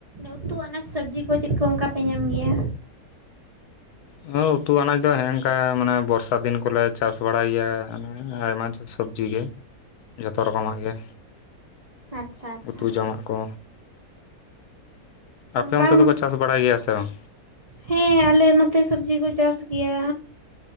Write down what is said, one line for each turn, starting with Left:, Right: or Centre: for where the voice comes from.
Right: ᱩᱛᱩ ᱟᱱᱟᱡᱽ ᱥᱚᱵᱽᱡᱤ ᱠᱚ ᱪᱮᱫ ᱠᱚ ᱚᱱᱠᱟ ᱯᱮ ᱧᱟᱢ ᱜᱮᱭᱟ?
Left: ᱦᱮᱸ ᱩᱛᱩ ᱟᱱᱟᱡ ᱫᱚ ᱦᱮᱝᱠᱟ ᱢᱟᱱᱮ ᱵᱚᱨᱥᱟ ᱫᱤᱱ ᱠᱚᱞᱮ ᱪᱟᱥ ᱵᱟᱲᱟᱭ ᱜᱮᱭᱟ ᱦᱮ ᱟᱭᱢᱟ ᱪᱟᱥ᱾ ᱥᱚᱵᱽᱡᱤ ᱜᱮ, ᱡᱷᱚᱛᱚ ᱨᱚᱠᱚᱢᱟᱜ ᱜᱮ,
Right: ᱟᱪᱪᱷᱟ ᱟᱪᱪᱷᱟ
Left: ᱩᱛᱩ ᱡᱚᱢᱟᱜ ᱠᱚ᱾ ᱟᱯᱮ
Right: ᱵᱟᱝ
Left: ᱚᱱᱛᱮ ᱫᱚᱠᱚ ᱪᱟᱥ ᱵᱟᱲᱟᱭ ᱜᱮᱭᱟ ᱥᱮ ᱵᱟᱝ?
Right: ᱦᱮᱸ ᱟᱞᱮ ᱱᱚᱛᱮ ᱥᱚᱵᱽᱡᱤ ᱠᱚ ᱪᱟᱥ ᱜᱮᱭᱟ᱾